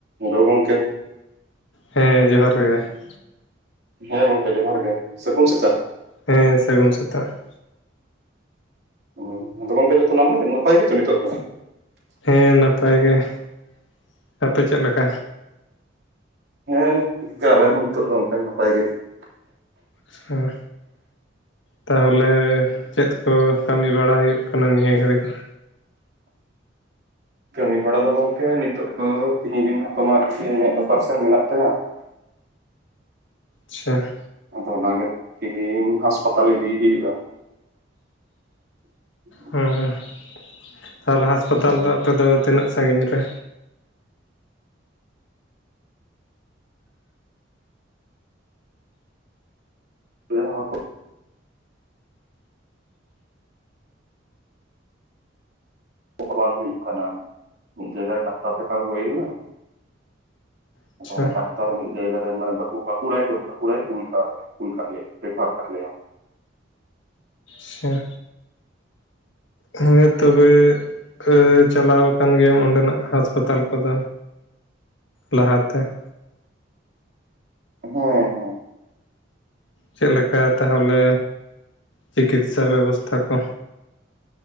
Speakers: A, on the right; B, on the left.
A: ᱟᱫᱚ ᱜᱚᱢᱠᱮ ᱾
B: ᱦᱮᱸ ᱡᱚᱦᱟᱨ ᱜᱮ ᱾
A: ᱦᱮᱸ ᱜᱚᱝᱠᱮ ᱡᱚᱦᱟᱨ ᱜᱮ ᱥᱟᱹᱜᱩᱱ ᱥᱮᱛᱟᱜ ᱾
B: ᱦᱮᱸ ᱥᱟᱹᱜᱩᱱ ᱥᱮᱛᱟᱜ ᱾
A: ᱚ ᱟᱫᱚ ᱜᱚᱝᱠᱮ ᱡᱚᱛᱚᱱᱟᱜ ᱢᱟ ᱱᱟᱯᱟᱭ ᱜᱮ ᱪᱚ ᱱᱤᱛᱚᱜ ᱫᱚ ᱾
B: ᱦᱮᱸ ᱱᱟᱯᱟᱭ ᱜᱮ ᱾ ᱟᱯᱮ ᱪᱮᱫ ᱞᱮᱠᱟ?
A: ᱦᱮᱸ <inaudible> ᱟᱞᱮ ᱦᱚᱸ ᱱᱤᱛᱚᱜ ᱫᱚ ᱚᱱᱠᱟ ᱜᱮ ᱱᱟᱯᱟᱭ ᱜᱮ ᱾
B: ᱥᱮ ᱾ ᱛᱟᱦᱚᱞᱮ ᱪᱮᱫ ᱠᱚ ᱠᱟᱹᱢᱤ ᱵᱟᱲᱟ ᱦᱩᱭᱩᱜ ᱠᱟᱱᱟ ᱱᱤᱭᱟᱹ ᱜᱷᱟᱹᱲᱤᱡ?
A: ᱠᱟᱹᱢᱤ ᱵᱟᱲᱟ ᱫᱚ ᱜᱚᱝᱠᱮ ᱱᱤᱛᱚᱜ ᱫᱚ ᱛᱤᱦᱤᱧ ᱫᱤᱱ ᱦᱚᱯᱚᱣᱟᱜᱤ <unintelligible> ᱤᱧᱟᱹᱜ ᱚᱯᱟᱨᱥᱮᱱ ᱢᱮᱱᱟᱜ ᱛᱟᱭᱟ ᱾
B: ᱟᱪᱪᱷᱟ ᱾
A: ᱟᱫᱚ ᱚᱱᱟᱜᱮ ᱛᱤᱦᱤᱧ ᱦᱟᱸᱥᱯᱟᱛᱟᱞ ᱤᱫᱤ ᱦᱩᱭᱩᱜᱼᱟ ᱾ <inaudible>
B: ᱦᱮᱸ, ᱛᱟᱦᱚᱞᱮ ᱦᱟᱥᱯᱟᱛᱟᱞ
A: ᱛᱚ,
B: ᱫᱚ ᱟᱯᱮᱫᱚ ᱛᱤᱱᱟᱹᱜ ᱥᱟᱺᱜᱤᱧ ᱨᱮ?
A: <unintelligible> ᱵᱟᱝ ᱦᱩᱭᱩᱜ ᱠᱟᱱᱟ, ᱡᱟᱸᱦᱟᱨᱮ ᱰᱟᱠᱛᱟᱨ ᱫᱮᱠᱷᱟᱣ ᱦᱩᱭ ᱞᱮᱱᱟ ᱾
B: ᱟᱪᱪᱷᱟ
A: ᱫᱚᱢᱮ ᱫᱟᱜᱼᱼ ᱟᱨ ᱢᱤᱫ ᱡᱟᱭᱜᱟᱨᱮ ᱢᱟᱱᱮ ᱵᱟᱠᱩ ᱵᱟᱠᱩᱲᱟᱨᱮ ᱵᱟᱠᱩᱲᱟᱨᱮ ᱠᱚ ᱠᱩᱞ ᱠᱟᱜ ᱞᱮ ᱠᱩᱞ ᱠᱟᱜ ᱞᱮᱭᱟ, ᱨᱮᱯᱷᱟᱨ ᱠᱟᱜ ᱞᱮᱭᱟ ᱾
B: ᱥᱮ ᱾ ᱦᱮᱸ ᱛᱚᱵᱮᱼᱼ ᱦᱮᱸ ᱪᱟᱞᱟᱣ ᱟᱠᱟᱱ ᱜᱮᱭᱟᱢ ᱚᱸᱰᱮᱱᱟᱜ ᱦᱟᱥᱯᱟᱛᱟᱞ ᱠᱚᱫᱚ, ᱞᱟᱦᱟᱛᱮ ᱾
A: ᱦᱮᱸ ᱦᱮᱸ ᱾
B: ᱪᱮᱫ ᱞᱮᱠᱟ ᱛᱟᱦᱚᱞᱮ, ᱪᱤᱠᱤᱛᱥᱟ ᱵᱮᱵᱚᱥᱛᱷᱟ ᱠᱚ?